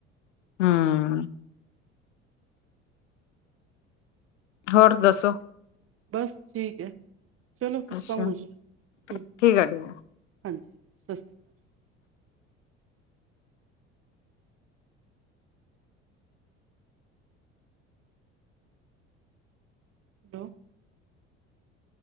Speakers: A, on the left; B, on the right.
A: ਹਮ। ਹੋਰ ਦੱਸੋ।
B: ਬਸ ਠੀਕ ਹੈ ਚਲੋ ਕੁਛ
A: ਅੱਛਾ
B: ਕਮ ਹੋ। ਹਮ।
A: ਠੀਕ ਆ ਠੀਕ ਆ
B: ਹਾਂਜੀ ਸਤਿ ਸ਼੍ਰੀ ਅਕਾਲ। ਹੇਲੋ।